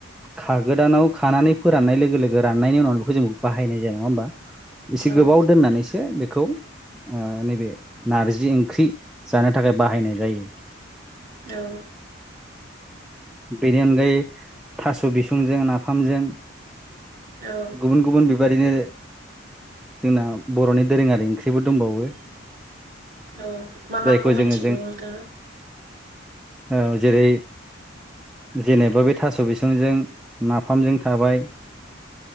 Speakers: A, in the centre; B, on the right.
A: खागोदानाव खानानै फोराननाय लोगो लोगो राननायनि उनाव बेखौ जोंखौ बाहायनाय जाया नङा होमबा? एसे
B: औ
A: गोबाव दोननानैस बेखौ नैबे नारजि ओंख्रि जानो थाखाय बाहायनाय जायो
B: औ
A: बेनि अनगायै थास' बिसंजों नाफामजों
B: औ
A: गुबुन गुबुन बेबादिनो जोंना बर'नि दोरोङारि ओंख्रिबो दंबावो।
B: औ मा
A: जायखौ
B: माखौ
A: जोङो
B: मिथिगौ नोंथाङा?
A: औ जेरै जेनेबा बे थास' बिसंजों नाफामजों थाबाय